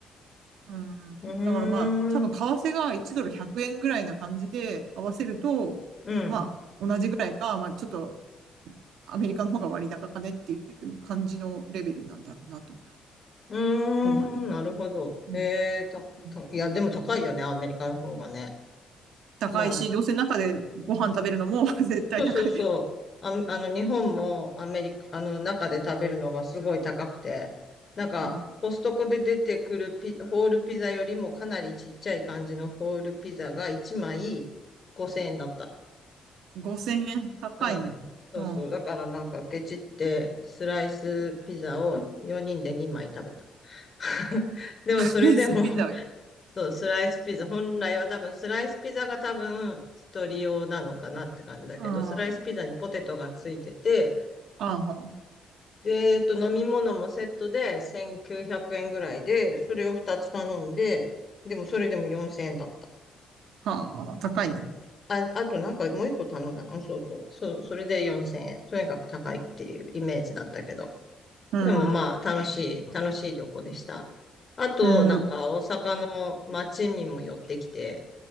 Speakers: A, on the right; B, on the left.
A: うん。
B: うーん、
A: だからまあ、多分為替が1ドル100円ぐらいな感じで合わせると、
B: うん、
A: まあ、同じぐらいか、まあちょっと、アメリカの方が割高かねっていう感じのレベルなんだろうなと
B: うーん、
A: 思う。
B: なるほど。
A: うん。
B: えー、た、
A: うん
B: た、いや、でも高いよね、アメリカの方がね。
A: 高いし、
B: まあ、
A: どうせ中でご飯食べるのも <laughs> 絶対高い。
B: そうそうそう。あ、あの、日本もアメリカ、あの、中で食べるのがすごい高くて、なんか、
A: うん。
B: コストコで出てくるピ、ホールピザよりもかなりちっちゃい感じのホールピザが1枚5000円だった。
A: 5000円高いね。
B: うん。そうそう。
A: うん。
B: だからなんかケチってスライスピザを4人で2枚食べた。<laughs> でもそれでも、
A: スイスピザ、
B: <laughs>
A: うん。
B: そう、スライスピザ、本来は多分スライスピザが多分一人用なのかなって感じだけど、
A: あ
B: スライスピザにポテトがついてて、
A: あ、
B: で、えっと、飲み物もセットで1900円ぐらいで、それを2つ頼んで、でもそれでも4000円だった。
A: はあ、高いね。
B: あ、あとなんかもう一個頼んだな。そうそう。そう、それで4000円。とにかく高いっていうイメージだったけど。
A: うん。
B: でもまあ、楽しい、楽しい旅行でした。あと、
A: うん。
B: なんか大阪の街にも寄ってきて、